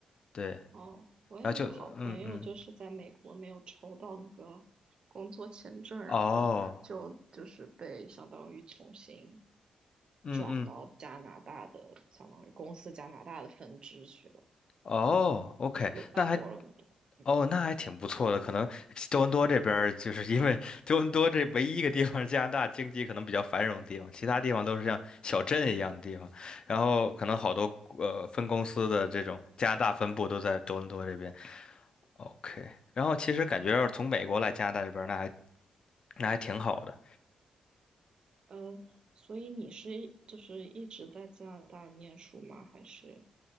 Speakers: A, on the left; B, on the right.
A: 对，
B: 哦，我也有个好朋友，
A: 然后就嗯嗯，
B: 就是在美国没有抽到那个工作签证，然后就就是被相当于重新
A: 哦，嗯嗯。
B: 转到加拿大的，相当于公司加拿大的分支去了，
A: 哦，OK，
B: 也在多伦多。
A: 那还
B: 嗯，
A: 哦，那还挺不错的。可能多伦多这边儿，就是因为多伦多这唯一一个地方，加拿大经济可能比较繁荣的地方，其他地方都是像小镇一样的地方。然后可能好多呃分公司的这种加拿大分部都在多伦多这边。OK，然后其实感觉要是从美国来加拿大这边儿那还那还挺好的。
B: 呃，所以你是就是一直在加拿大念书吗？还是？